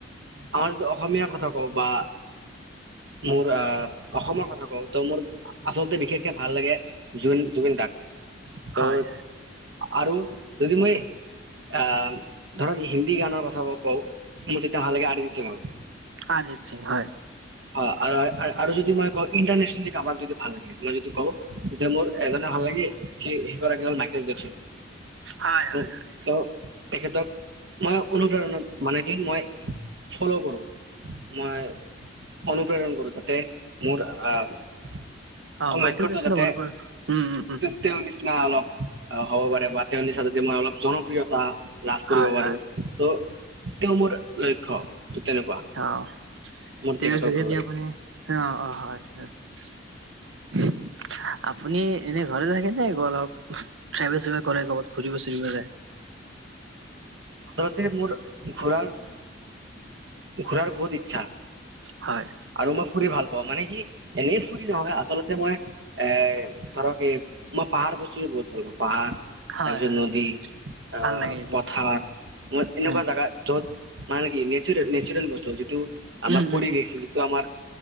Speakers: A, on the right; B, on the right.
A: আমাৰ অসমীয়া কথা কও বা মোৰ আহ অসমৰ কথা কওঁ ত মোৰ আচলতে বিশেষকে ভাল লাগে জুন জুবিন দাক
B: হয়
A: ত আৰু যদি মই আহ ধৰক হিন্দী গানৰ কথা কও মোৰ তেতিয়া ভাল লাগে আৰিজিৎ সিংক
B: আৰজিৎ সিং হয়
A: হয় আৰু আৰু আৰু যদি মই কওঁ ইণ্টাৰনেচনেলি যদি কাৰোবাক যদি ভাল লাগে মই যিটো কওঁ যে মোৰ এজনে ভাল লাগে সি সেইগৰাকী হ'ল মাইকেল জেকচন
B: হয়
A: ত
B: হয় হয়
A: তেওঁ তেখেতক মই কোনো ধৰণত মানে কি মই ফল' কৰো মই অনুপ্ৰেৰণ কৰো তাতে মোৰ আহ
B: অ মাইকেল
A: লক্ষ্যটো
B: জেকচনৰ
A: যাতে
B: গল্পৰ উম উম উম
A: তেওঁৰ নিচিনা অলপ আহ হ'ব পাৰে বা তেওঁৰ নিচিনা যদি মই অলপ জনপ্ৰিয়তা লাভ
B: হয়
A: কৰিব পাৰো
B: হয়
A: ত তেওঁ মোৰ লক্ষ্য ত তেনেকুৱা
B: অঁ
A: মোৰ
B: তেওঁৰ
A: তেখেতক
B: যোগেদি
A: ভাল লাগে
B: আপুনি অ অঁ হয় হয় <unintelligible> আপুনি এনে ঘৰ থাকে নে অলপ ট্ৰেভেল চেভেল কৰে ক'বাত ঘুৰিব চুৰিব যায়
A: আচলতে মোৰ ঘূৰাৰ ঘূৰাৰ বহুত ইচ্ছা
B: হয়
A: আৰু মই ফুৰি ভাল পাওঁ মানে কি এনেই ফুৰি নহয় আচলতে মই এ ধৰক এ মই পাহাৰ বস্তুটো বহুত ভাল পাওঁ পাহাৰ
B: হয়
A: তাৰপিছত
B: হয়
A: নদী
B: হয়
A: আহ
B: ভাল লাগে এইবোৰ
A: পথাৰ মই এনেকুৱা
B: উম
A: জাগা য'ত মানে কি নেচুৰেল নেচুৰেল বস্তু যিটো আমাৰ
B: উম উম
A: পৰিৱেশ
B: উম
A: যিটো আমাৰ